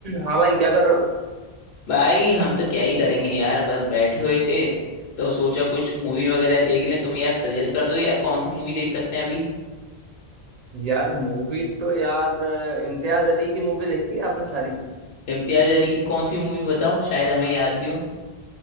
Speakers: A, on the right; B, on the left.
A: हाँ भाई क्या कर रहे हो
B: भाई हम तो क्या ही करेंगे यार बस बैठे हुए थे तो सोचा कुछ मूवी वगैरह देख लें तुम यार सजेस्ट कर दो यार कौन सी मूवी देख सकते हैं अभी
A: यार मूवी तो यार अ, इम्तियाज अली की मूवी देखी है आपने सारी
B: इम्तियाज अली की कौन सी मूवी बताओ शायद हमें याद भी हो